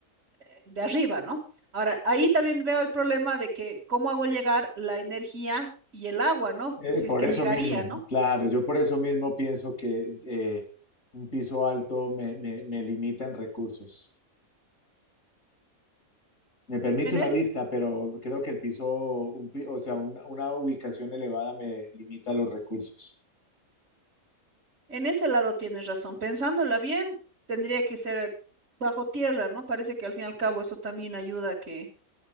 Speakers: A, on the right; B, on the left.
A: eh, de arriba, ¿no? Ahora, ahí también veo el problema de que cómo hago llegar la energía y el agua, ¿no?
B: Eh,
A: Si
B: por
A: es que
B: eso
A: llegaría,
B: mismo,
A: ¿no?
B: claro, yo por eso mismo pienso que eh, un piso alto me, me, me limita en recursos. Me permite
A: En
B: una
A: es-
B: vista, pero creo que el piso, un pi- o sea, una, una ubicación elevada me limita los recursos.
A: en ese lado tienes razón. Pensándola bien, tendría que ser bajo tierra, ¿no? Parece que al fin y al cabo eso también ayuda a que